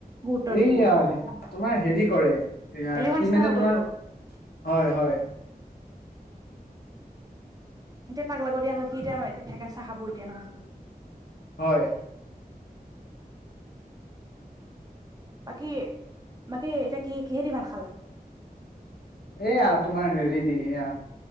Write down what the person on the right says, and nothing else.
গুৰুত্ব নিদিয়ে
এলেহুৱা নিচিনা
হৈ
গ'ল গ
এতিয়া তাক লাগতিয়াল নহয় সি এয়া থেকেচা খাব এতিয়া নহয় সি।
বাকী বাকী এতিয়া কি কিহেদি ভাত খালা?